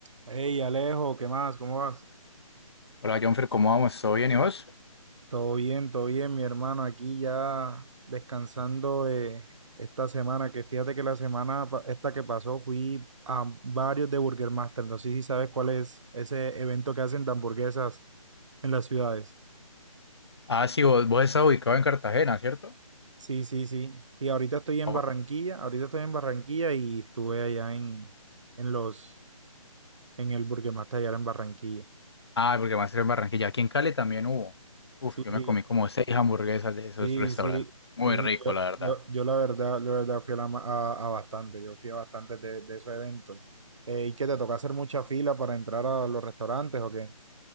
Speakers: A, on the right (about 60°); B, on the left (about 45°).
A: Hey Alejo, ¿qué más? ¿Cómo vas?
B: Hola Jonfer, ¿cómo vamos? ¿Todo bien y vos?
A: Todo bien, todo bien, mi hermano. Aquí ya descansando de esta semana, que fíjate que la semana pa- esta que pasó fui a varios de Burger Master. No sé si sabes cuál es ese evento que hacen de hamburguesas en las ciudades.
B: Ah, sí, vos, vos estás ubicado en Cartagena, ¿cierto?
A: Sí, sí, sí. Y ahorita estoy en
B: Ah,
A: Barranquilla,
B: bu-
A: ahorita estoy en Barranquilla y estuve allá en, en los, en el Burger Master allá en Barranquilla.
B: ah, porque va a ser en Barranquilla. Aquí en Cali también hubo. Uf,
A: Sí,
B: yo
A: sí.
B: me comí como seis hamburguesas de esos
A: Sí,
B: restaurantes.
A: sí,
B: Muy
A: sí, sí,
B: rico,
A: yo,
B: la verdad.
A: yo, yo la verdad, la verdad fui a, la ma- a- a bastante, yo fui a bastantes de, de esos eventos. Eh, ¿y qué te toca hacer mucha fila para entrar a los restaurantes o qué?